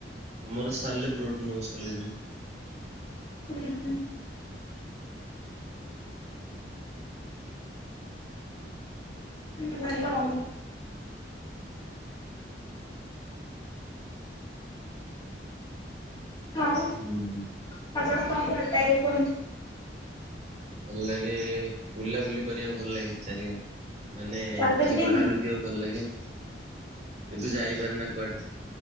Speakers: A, on the right; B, on the left.
A: ଆମର ସାଲେପୁର୍ ଅଟୋନମସ କଲେଜ ରେ।
B: ଓ ହ। ହୁଁ ଭଲ ଆଉ। ଆଉ ଆପଣଙ୍କୁ
A: ହୁଁ
B: କଣ ଭଲ ଲାଗେ କୁହନ୍ତୁ।
A: ଭଲ ଲାଗେ ବୁଲାବୁଲି କରିବାକୁ ଭଲ ଲାଗେ ଚାରିଆଡେ ମାନେ
B: ଟ୍ରାଭେଲିଂ
A: ଟିକେ ବାହାରୁକୁ ଯିବାକୁ ଭଲ ଲାଗେ କିନ୍ତୁ ଯାଇପାରୁନା କୁଆଡେ।